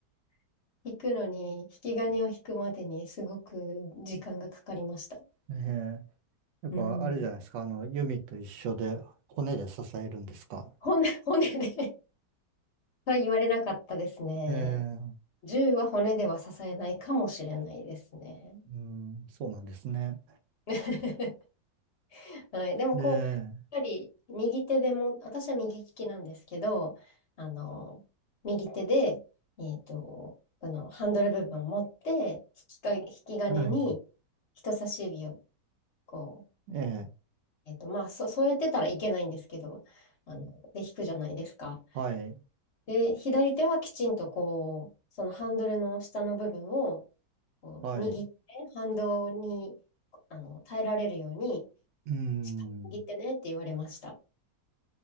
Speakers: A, on the left; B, on the right.
A: <laughs> 引くのに、引き金を引くまでにすごく時間がかかりました。
B: ええ。やっぱあれじゃないですか。
A: うん。
B: あの、弓と一緒で骨で支えるんですか。
A: 骨、骨で <laughs> は言われなかったですね。
B: ええ。
A: 銃は骨では支えないかもしれないですね。
B: うん。そうなんですね。
A: <laughs> はい。でもこう、
B: ええ。
A: やっぱり右手でも、私は右利きなんですけど、あの、右手で、えっと、このハンドル部分を持って、引きか、引き金に
B: はい。
A: 人差し指をこう、
B: ええ。
A: えっと、まあ、そ、添えてたらいけないんですけど、あの、で、引くじゃないですか。
B: はい。
A: で、左手はきちんとこう、そのハンドルの下の部分をこう握って、
B: はい。
A: 反動に、あの、耐えられるように、
B: うん。
A: しっかり握ってねって言われました。